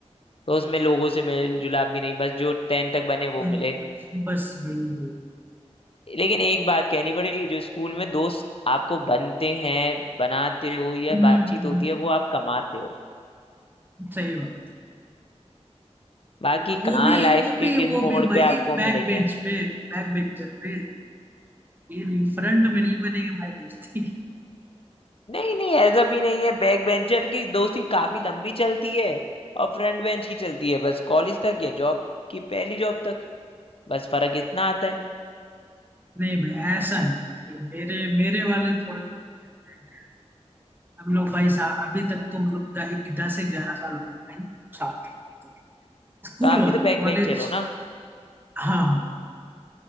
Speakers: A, on the left; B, on the right.
A: तो उसमें लोगों से मेल जुलाप भी नहीं बस जो टेन तक बने वो
B: नहीं
A: मिले
B: कुछ बस वही वो
A: लेकिन एक बात कहनी पड़ेगी जो स्कूल में दोस्त आपको बनते हैं बनाते हो या
B: हम्म
A: बातचीत
B: हम्म, हम्म,
A: होती है वो आप कमाते हो
B: सही बात
A: बाकी
B: अब वो
A: कहाँ
B: भी
A: लाइफ
B: वो भी
A: के किस
B: वो
A: मोड़
B: भी भाई
A: पे आपको
B: बैक
A: मिलेंगे
B: बेंच पे बैक बेंचर पे ये नहीं फ्रंट में नहीं बनेगा भाई दोस्ती
A: नहीं नहीं ऐसा भी नहीं है बैक बेंचर की दोस्ती काफी लंबी चलती है और फ्रंट बेंच की चलती है बस कॉलेज तक या जॉब की पहली जॉब तक बस फर्क इतना आता है
B: नहीं भाई ऐसा नहीं मेरे मेरे वाले थोड़े different हैं हम लोग भाई सा अभी तक तो मतलब द- दस से ग्यारह साल हो गए भाई हम लोग साथ ही अभी तक स्कूल
A: तो आप भी
B: वाले
A: तो बैक
B: कॉलेज
A: बेंचर हो ना
B: हाँ